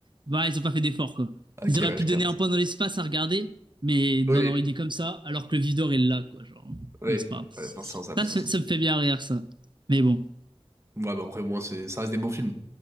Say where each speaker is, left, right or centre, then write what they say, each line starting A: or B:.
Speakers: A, on the right; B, on the right.
A: bah, ils ont pas fait d'effort, quoi.
B: Ok,
A: Ils auraient
B: ouais,
A: pu
B: je
A: donner
B: capte.
A: un point dans l'espace à regarder, mais non,
B: Oui.
A: non, il est comme ça, alors que le vivant est là, quoi. Genre,
B: Oui.
A: mais c'est pas grave.
B: Ouais, forcément, ça a plus
A: Ça, ça,
B: de sens.
A: ça me fait bien rire, ça. Mais bon.
B: Ouais, bah après, moi, c'est... ça reste des bons films.